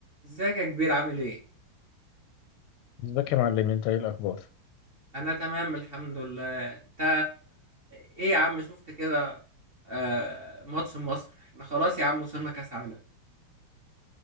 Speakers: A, on the right; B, on the left.
A: ازيك يا كبير عامل ايه؟
B: ازيك يا معلم انت ايه الاخبار
A: انا تمام الحمد لله انت ايه يا عم شفت كده آه ماتش مصر احنا خلاص يا عم وصلنا كاس عالم